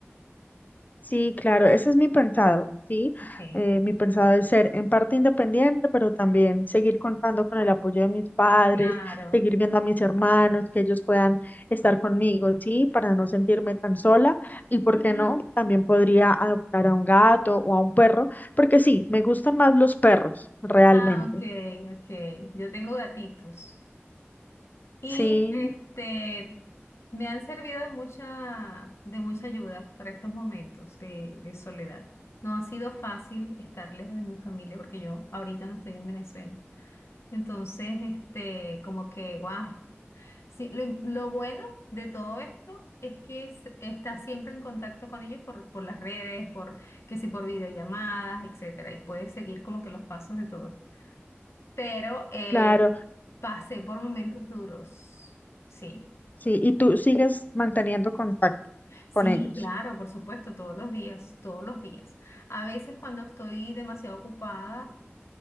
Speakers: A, on the left (about 40°); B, on the left (about 80°).
A: Sí, claro, ese es mi pensado, ¿sí?
B: okay
A: Eh, mi pensado es ser en parte independiente, pero también seguir contando con el apoyo de mis padres,
B: claro.
A: seguir viendo a mis hermanos, que ellos puedan estar conmigo, ¿sí? Para no sentirme tan sola. Y por
B: Ujú.
A: qué no, también podría adoptar a un gato o a un perro, porque sí, me gustan más los perros, realmente.
B: Ah, ok, ok. Yo tengo gatitos. Y
A: Sí,
B: este, me han servido de mucha, de mucha ayuda para estos momentos de, de soledad. No ha sido fácil estar lejos de mi familia porque yo ahorita no estoy en Venezuela. Entonces, este, como que, wow. Sí, lo, im- lo bueno de todo esto es que es- estás siempre en contacto con ellos por, por las redes, por que si por videollamadas, etcétera, y puedes seguir como que los pasos de todo. Pero eh,
A: claro,
B: pasé por momentos duros, sí.
A: sí. Y tú sigues manteniendo contacto
B: Sí,
A: con ellos.
B: claro, por supuesto, todos los días, todos los días. A veces cuando estoy demasiado ocupada,